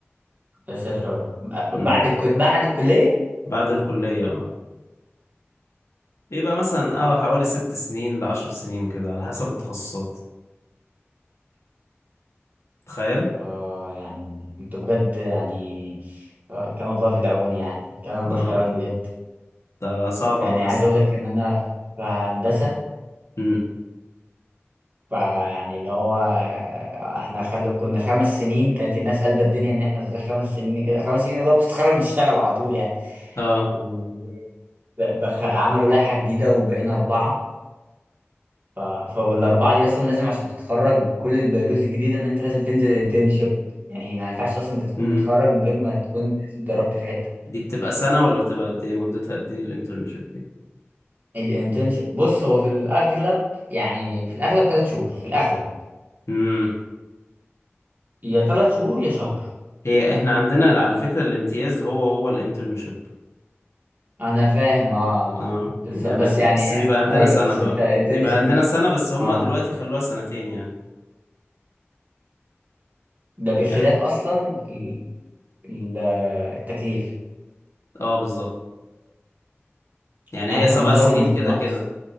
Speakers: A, on the right; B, on the left.
A: يا ساتر يا رب ب-
B: امم
A: بعد الكل... بعد الكليه
B: بعد الكلية اه بيبقى مثلا اه حوالي ست سنين لعشر سنين كده على حسب التخصصات تخيل
A: اه يعني انتوا بجد يعني آه كان الله في العون يعني كان الله
B: اه
A: في العون بجد
B: ده صعب
A: يعني
B: أوي
A: عايز
B: بس
A: اقول لك ان انا في هندسه
B: امم
A: ف- يعني اللي هو احنا خلو كنا خمس سنين كانت الناس قلبت الدنيا ان احنا ازاي خمس سنين كده خمس سنين اللي هو بتتخرج بتشتغل على طول يعني
B: اه
A: و... بخ... عملوا لائحة جديدة وبقينا أربعة ف... فالاربعه دي اصلا لازم عشان تتخرج كل البيولوجي الجديده ان انت لازم تنزل انترنشيب يعني ما ينفعش اصلا انت تكون
B: امم
A: متخرج من غير ما تكون اتدربت في حته
B: دي بتبقى سنة ولا بتبقى قد ايه مدتها قد ايه الانترنشيب دي
A: الانترنشيب بص هو في الاغلب يعني في الاغلب ثلاث شهور في الاغلب
B: امم
A: يا ثلاث شهور يا شهر
B: هي احنا عندنا على فكرة الامتياز هو هو الانترنشيب
A: انا فاهم اه
B: اه
A: بالظبط
B: يعني
A: بس
B: احنا
A: يعني
B: بس
A: إيه؟
B: بيبقى عندنا
A: ايوه
B: سنة
A: بس
B: بقى
A: انت انترنشيب
B: بيبقى عندنا
A: بس
B: سنة بس هما
A: اه
B: دلوقتي خلوها سنتين يعني
A: ده بخلاف
B: يعني
A: اصلا ال- ال- التكليف
B: اه بالظبط يعني
A: يعني
B: هي
A: احنا
B: سبع
A: بنزود
B: سنين
A: مش
B: كده
A: بننقص
B: كده